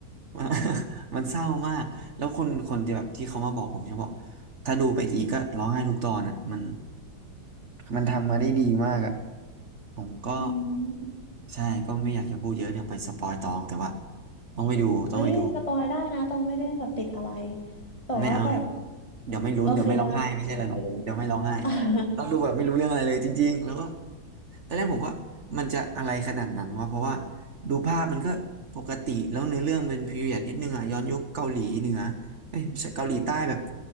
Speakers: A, on the right (about 40°); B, on the left (about 15°).
A: <laughs> มันมันเศร้ามากแล้วคนคนที่แบบที่เขามาบอกผมจะบอกถ้าดูไปอีกก็ร้องไห้ทุกตอนอ่ะมัน มันทำมาได้ดีมากอ่ะผมก็
B: อืม
A: ใช่ก็ไม่อยากจะพูดเยอะเดี๋ยวไปสปอยตองแต่ว่าต้องไปดูต้องไปดู
B: เอ้ยสปอยได้นะต้องไม่ได้แบบติดอะไรแต่ว่าแบบ
A: ไม่เอาเดี๋ยวเดี๋ยวไม่ลุ้นเดี๋ยวไม่ร้องไห้ไม่ใช่อะไรหรอกเดี๋ยวไม่ร้องไห้
B: โอเคได้ค่ะเดี๋ยวต้องไปดู <laughs>
A: ต้องดูแบบไม่รู้เรื่องอะไรเลยจริงๆแล้วก็ ตอนแรกผมก็มันจะอะไรขนาดนั้นวะเพราะว่าดูภาพมันก็ปกติแล้วเนื้อเรื่องเป็นพีเรียดนิดนึงอ่ะย้อนยุคเกาหลีเหนือเอ้ยไม่ใช่เกาหลีใต้แบบ